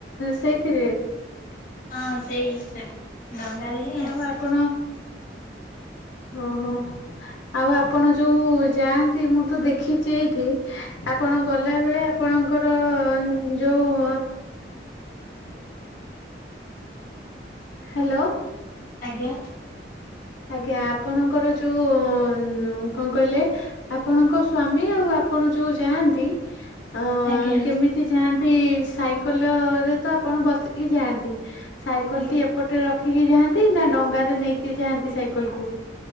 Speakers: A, on the left; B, on the left.
A: ସେଇଥିରେ?
B: ହଁ ସେଇ ସେ ଦଙ୍ଗାାରେ ହିଁ
A: ଆଉ
B: ଆସେ।
A: ଆପଣ ଓହୋ ଆଉ ଆପଣ ଯୋଉ ଯାଆନ୍ତି ମୁଁ ତ ଦେଖିଛି ଏଇଠି ଆପଣ ଗଲାବେଳେ ଆପଣଙ୍କର ଯୋଉ। ହାଲୋ।
B: ଆଜ୍ଞା।
A: ଆଜ୍ଞା ଆପଣଙ୍କର ଯୋଉ କଣ କହିଲେ ଆପଣଙ୍କ ସ୍ଵାମୀ ଆଉ ଆପଣ ଯୋଉ ଯାଆନ୍ତି। ଅ
B: ଆଜ୍ଞା
A: କେମିତି ଯାଆ ସେ ସାଇକେଲ ରେ ତ ଆପଣ ବସିକି ଯାଆନ୍ତି। ସାଇକେଲ
B: ଆଜ୍ଞା।
A: ଟି ଏପଟେ ରଖିକି ଯା ନା ଡଙ୍ଗାରେ ନେଇକି ଯାଆନ୍ତି। ସାଇକଲ କୁ